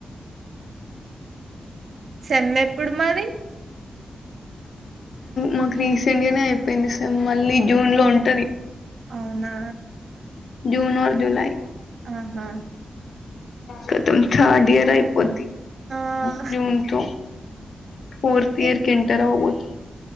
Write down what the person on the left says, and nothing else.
మాకు రీసెంట్ గానే అయిపోయింది సేమ్ మళ్ళీ జూన్ లో ఉంటది
జూన్ ఆర్ జులై
కతం థర్డ్ ఇయర్ అయిపోద్ది
జూన్ తొ ఫోర్త్ ఇయర్
కి ఎంటర్ అవ్వబో త్